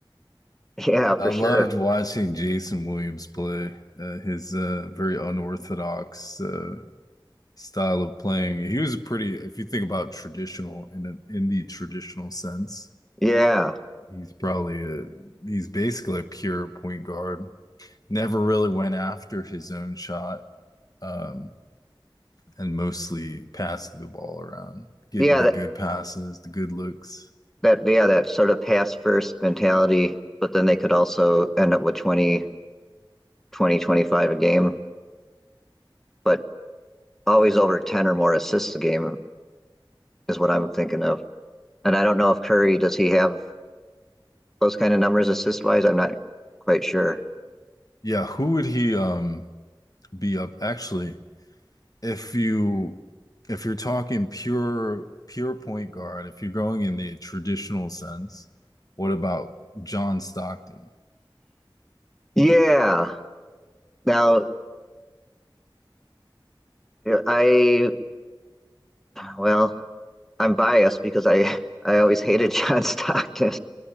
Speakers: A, in the centre; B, on the left.
A: yeah,
B: I
A: for
B: loved
A: sure,
B: watching Jason Williams play. Uh, his uh, very unorthodox uh, style of playing. He was pretty, if you think about traditional in an, in the traditional sense,
A: yeah,
B: he's probably a he's basically a pure point guard. Never really went after his own shot, um, and mostly passing the ball around, getting
A: yeah.
B: the good passes, the good looks.
A: that yeah that sort of pass first mentality but then they could also end up with twenty, twenty, 25 a game but always over 10 or more assists a game is what i'm thinking of and i don't know if curry does he have those kind of numbers assist wise i'm not quite sure
B: Yeah, who would he um, be up? Actually, if you if you're talking pure pure point guard, if you're going in the traditional sense, what about John Stockton?
A: yeah now i well i'm biased because i i always hated <laughs> john stockton